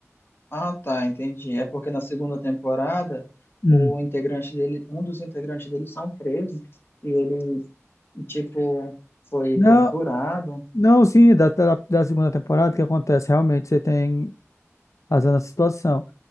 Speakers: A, on the left (about 45°); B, on the left (about 80°).
A: Ah, tá, entendi. É porque na segunda temporada,
B: Hum.
A: o integrante dele, um dos integrantes dele são presos e ele, tipo, foi
B: Não,
A: torturado.
B: não, sim, da, da, da segunda temporada, o que acontece? Realmente você tem razão na situação.